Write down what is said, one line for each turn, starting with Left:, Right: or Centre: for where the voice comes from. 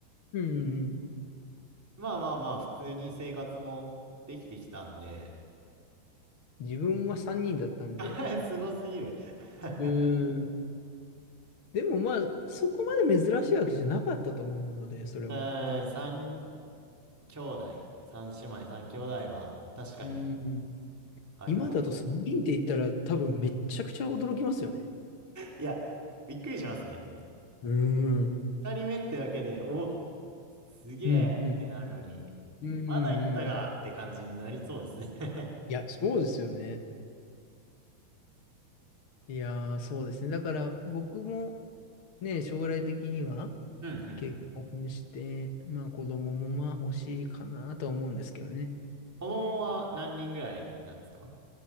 Left: うん、うん。うん
Centre: まあまあまあ、普通に生活もできてきたんで、
Left: 自分は3人だったんで。
Centre: <laughs> すごすぎる <laughs>
Left: うん。でもまあ、そこまで珍しいわけじゃなかったと思うので、それも。
Centre: うーん、三兄弟、三姉妹、三兄弟は確かに
Left: うん。
Centre: あります。
Left: 今だと3人って言ったら多分めっちゃくちゃ驚きますよね。
Centre: いや、びっくりしますね。二人目ってだけで、
Left: うん。うん、
Centre: お、すげえってなるのに、
Left: うん。うん、うんうん。
Centre: まだ行ったかって感じになりそうですね
Left: いや、そうですよね。いやー、そうですね。だから僕もね、将来的には
Centre: <laughs> うんうん。
Left: 結婚して、まあ子供もまあ欲しいかなとは思うんですけどね。
Centre: 子供は何人ぐらいなんですか